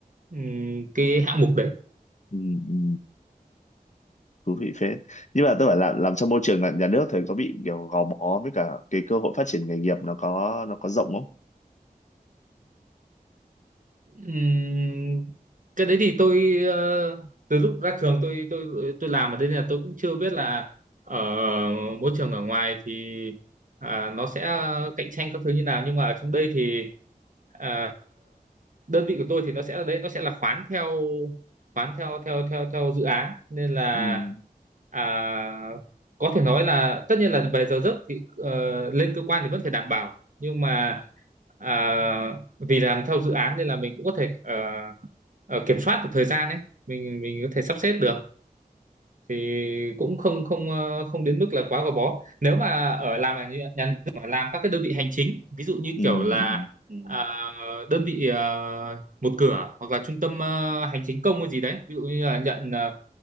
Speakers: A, on the right; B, on the left.
A: ừm, cái hạng mục đấy
B: ừ, ừ, thú vị phết nhưng mà tôi phải làm làm trong môi trường là nhà nước thì có bị kiểu gò bó với cả cái cơ hội phát triển nghề nghiệp nó có nó có rộng không
A: Ừm, cái đấy thì tôi ờ, từ lúc ra trường tôi tôi tôi làm ở đây nên là tôi cũng chưa biết là ở môi trường ở ngoài thì à, nó sẽ cạnh tranh các thứ như nào nhưng mà ở trong đây thì à, đơn vị của tôi thì nó sẽ ở đấy nó sẽ là khoán theo khoán theo theo theo theo dự án nên là
B: ừ,
A: à, có thể nói là tất nhiên là về giờ giấc thì ờ, lên cơ quan thì vẫn phải đảm bảo nhưng mà à, vì làm theo dự án nên là mình cũng có thể ờ, ờ, kiểm soát được thời gian ấy mình mình có thể sắp xếp được thì cũng không không ờ, không đến mức là quá gò bó nếu mà ở làm ở nhà nhà nước mà làm các cái đơn vị hành chính ví dụ như
B: ừ,
A: kiểu là
B: ừ,
A: Ừ. à, đơn vị ờ, một cửa hoặc là trung tâm ờ, hành chính công hay gì đấy ví dụ như là nhận ờ,